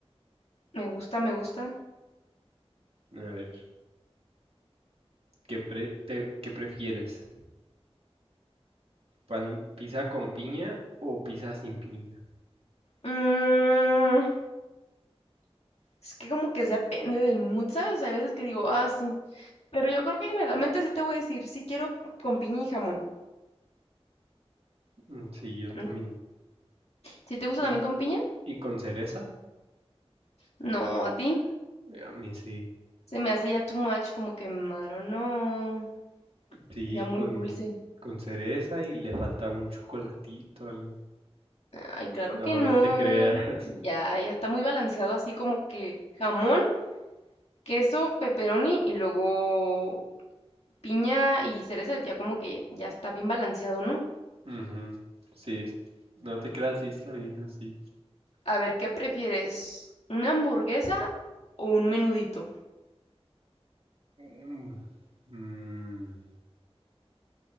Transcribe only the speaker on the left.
me gusta, me gusta.
Mm, es que como que depende del mood, ¿sabes? Hay veces que digo, ah, sí, pero yo creo que generalmente sí te voy a decir, sí quiero con piña y jamón.
Mm, si te gusta
también con piña?
No, a ti.
Se me hace ya too much, como que, no,
ya muy
dulce.
Ay, claro
que no.
Ya, ya está muy balanceado así como que jamón, queso, pepperoni y luego piña y cereza, ya como que ya está bien balanceado, ¿no?
A ver, ¿qué prefieres? ¿Una hamburguesa o un menudito?